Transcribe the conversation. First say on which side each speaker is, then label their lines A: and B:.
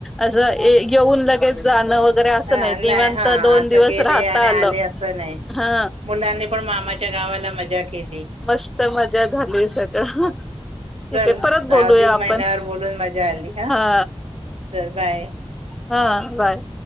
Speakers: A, in the centre; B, on the right.
A: असं येऊन लगेच जाणं वगैरे असं
B: हा
A: नाही निवांत
B: हा
A: दोन
B: आता
A: दिवस
B: गेले
A: राहता
B: आणि आले
A: आलं.
B: असं नाही.
A: हा
B: मुलांनी पण मामाच्या गावाला मजा केली.
A: मस्त मजा झाली सगळं ठीक
B: चल
A: के परत बोलूया
B: अधिक
A: आपण
B: महिन्यावर बोलून मजा आली
A: हा
B: चल बाय.
A: हा बाय.